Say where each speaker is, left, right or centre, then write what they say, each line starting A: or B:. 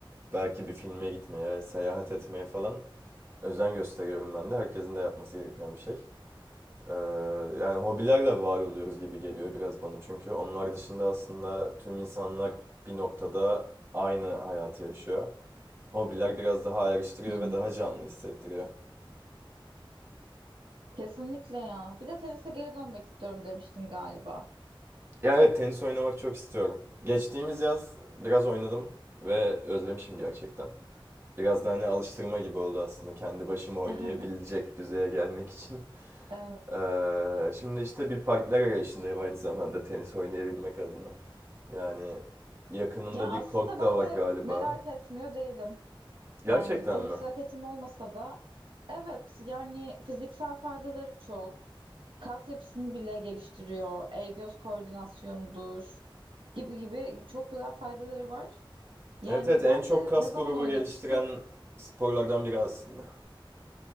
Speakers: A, on the right; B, on the right.
A: belki bir filme gitmeye, seyahat etmeye falan özen gösteriyorum ben de. Herkesin de yapması gereken bir şey. Ee, yani hobilerle var oluyoruz gibi geliyor biraz bana çünkü onlar dışında aslında tüm insanlar bir noktada aynı hayatı yaşıyor. Hobiler biraz daha ayrıştırıyor
B: Hı hı.
A: ve daha canlı hissettiriyor.
B: Kesinlikle ya. Bir de tenise geri dönmek istiyorum demiştim galiba.
A: Ya evet tenis oynamak çok istiyorum. Geçtiğimiz yaz biraz oynadım ve özlemişim gerçekten. Biraz da hani alıştırma gibi oldu aslında kendi başıma oynayabilecek
B: <laughs>
A: düzeye gelmek için.
B: Evet.
A: Ee, şimdi işte bir partner arayışındayım aynı zamanda tenis oynayabilmek adına. Yani yakınında
B: Ya aslında
A: bir kort
B: ben
A: da var
B: de
A: galiba.
B: merak etmiyor değilim.
A: Gerçekten
B: Yani tenis
A: mi?
B: raketim olmasa da evet yani fiziksel faydaları çok. Kas yapısını bile geliştiriyor. El göz koordinasyonudur gibi gibi çok güzel faydaları var. Yani
A: Evet evet en
B: ben
A: çok
B: de
A: kas
B: ne zaman
A: grubu
B: oynamıştım?
A: geliştiren sporlardan biri aslında.